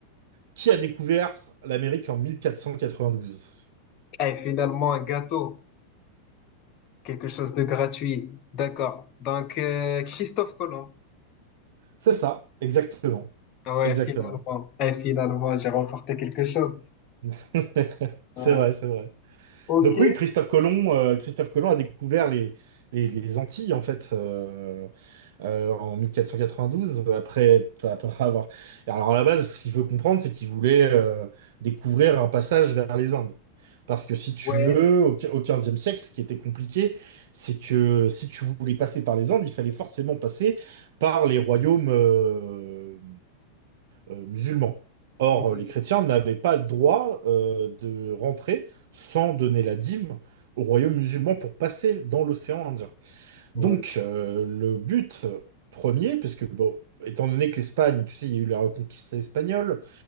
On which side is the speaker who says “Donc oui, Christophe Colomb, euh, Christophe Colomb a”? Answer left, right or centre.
Right